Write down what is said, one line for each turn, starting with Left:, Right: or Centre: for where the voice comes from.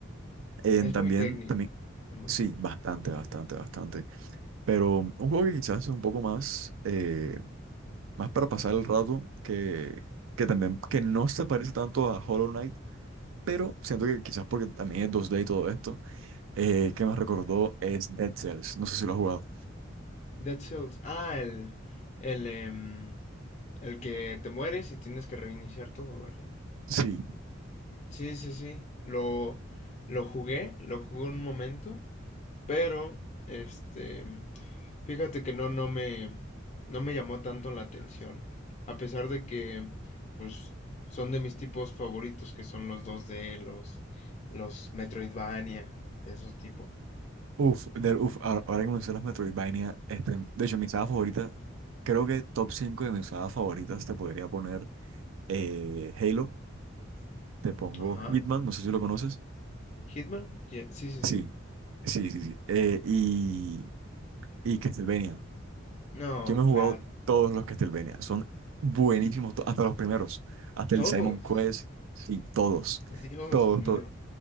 Right: Eh,
Left: Es
Right: también,
Left: muy técnico.
Right: también,
Left: Es muy
Right: sí,
Left: técnico.
Right: bastante, bastante, bastante. Pero un juego que quizás es un poco más, eh, más para pasar el rato, que, que también, que no se parece tanto a Hollow Knight, pero siento que quizás porque también es dos d y todo esto, eh, que me recordó es Dead Cells. No sé si lo has jugado.
Left: Dead Cells. Ah, el, el, em, el que te mueres y tienes que reiniciar todo, ¿verdad?
Right: Sí.
Left: Sí, sí, sí. Lo, lo jugué, lo jugué un momento, pero este, fíjate que no, no me, no me llamó tanto la atención. A pesar de que, pues, son de mis tipos favoritos, que son los dos d los, los Metroidvania, esos tipos.
Right: Uf, de, uf, ahora, ahora que mencionas Metroidvania, este, de hecho, mi saga favorita, creo que top 5 de mis sagas favoritas te podría poner eh, Halo, te pongo
Left: Ajá.
Right: Hitman, no sé si lo conoces.
Left: Hitman, ye- sí, sí,
Right: Sí,
Left: sí.
Right: sí, sí, sí. eh, y, y Castlevania.
Left: No,
Right: Yo me he
Left: claro.
Right: jugado todos los Castlevania, son buenísimos, to- hasta los primeros, hasta el
Left: Todos.
Right: Simon Quest, sí, todos,
Left: Pues, Dios
Right: todos,
Left: mío.
Right: todos.